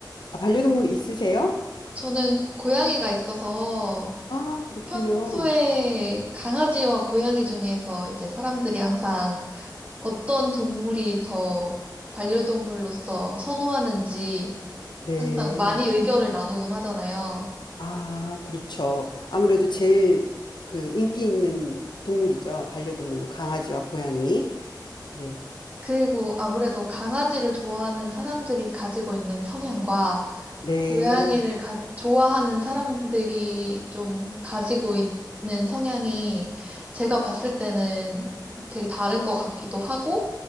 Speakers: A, on the left; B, on the right.
A: 아, 반려동물 있으세요?
B: 저는 고양이가 있어서
A: 아, 그렇군요.
B: 평소에 강아지와 고양이 중에서 이제 사람들이 항상 어떤 동물이 더 반려동물로서 선호하는지
A: 네.
B: 항상 많이 의견을 나누곤 하잖아요.
A: 아, 그렇죠. 아무래도 제일 그 인기 있는 동물이죠. 반려동물로 강아지와 고양이. 네.
B: 그리고 아무래도 강아지를 좋아하는 사람들이 가지고 있는 성향과
A: 네.
B: 고양이를 가, 좋아하는 사람들이 좀 가지고 있는 성향이 제가 봤을 때는 되게 다른 것 같기도 하고,